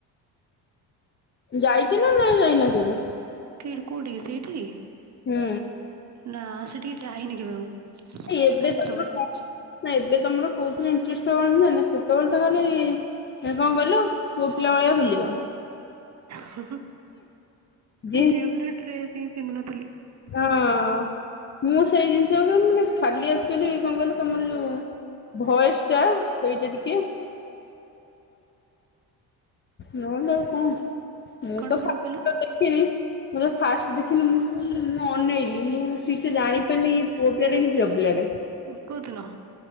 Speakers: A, on the left (about 30°); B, on the right (about 40°).
A: ଯାଇଚ ନା ନାଇଁ ଯାଇନ କେବେ?
B: କିିଡ଼୍ କୋଉଠିକି ସେଇଠି।
A: ହୁଁ।
B: ନା ସେଠିକି ଯାଇନି କେବେ ମୁଁ।
A: ଏଇ ଏବେ
B: ଖାଲି
A: <inaudible>
B: ଶୁଣେ।
A: ନା ଏବେ ତମର କୋଉଥିରେ ଇଣ୍ଟରେଷ୍ଟ୍ ରହନିନା ସେତେବେଳେ ତ ଖାଲି ସେ କଣ କହିଲ ପୁଅ ପିଲା ଭଳିଆ ବୁଲିବ।
B: ହୁ ହୁ
A: ଜିନ୍ସ
B: ଝିଅ ପିଲା ଡ୍ରେସ ହିଁ ପିନ୍ଧୁନଥୁଲି।
A: ହଁ। ମୁଁ ତମକୁ ସେଇ ଜିନିଷ କୁହେ ମାନେ ଖାଲି ଆକଚୋଲି କଣ କହିଲ ତମର ଯୋଉ ଭଏସଟା ସେଇଟା ଟିକେ ନ ତ ଆଉ କଣ ମୁଁ
B: କଣ
A: ତ <inaudible>
B: କଣ କହିଲ?
A: ଦେଖିନି। ମୁଁ ତ ଫାଷ୍ଟ ଦେଖିଲି ମୁଁ ମୁଁ ଅନେଇଲି ମୁଁ ଠିକ ସେ ଜାଣିପାରିନି ଇଏ ପୁଅ ପିଲାଟେ କି ଝିଅ ପିଲାଟେ।
B: ଉଁ, କୋଉଦିନ?